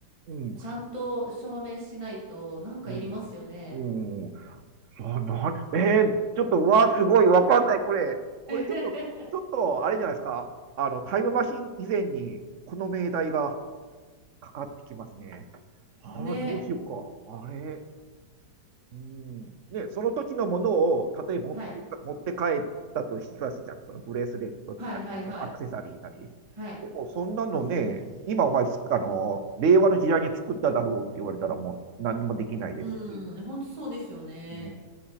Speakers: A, on the right; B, on the right.
A: うん、
B: ちゃんと証明しないとなんかいりますよね。
A: うん、うん。あ、なん、えー、ちょっと、わあ、すごい、わかんない、これ。これちょっと、
B: <laughs>
A: ちょっと、あれじゃないですか。あの、タイムマシン以前に、この命題がかかってきますね。ああ、
B: ね。
A: どうしようか。あれ。うん、ねその時のものを、例えば持ってか、
B: はい。
A: 持って帰ったとしますじゃん。そのブレスレットなり、
B: はいはいはい。
A: そのアクセサリーなり。
B: はい
A: でも、そんなのね、今お前つあの、令和の時代に作っただろうって言われたらもう何もできないですし。
B: うん、本当そうですよね。
A: うん、